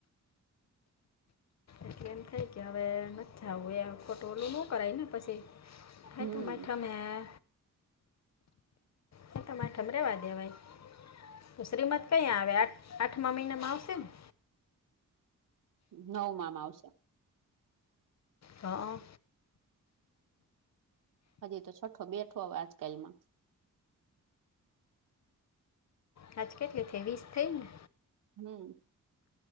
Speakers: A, on the left; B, on the right.
A: એટલે એમ થાય કે હવે નથ જાવું એમ ખોટું ઓલું ને કરાય ને પછી? સાતમ
B: હમ
A: આઠમ એ આય સાતમ આઠમ રેવા દેવાય. તો શ્રીમત કંયા આવે આઠ આઠમા મહિનામાં આવશે ને?
B: નવામાં આવશે.
A: હા.
B: હજી તો છઠો બેઠો આજકાલમાં.
A: હાજ કેટલી થઈ વીસ થઈ ને.
B: હમ્મ.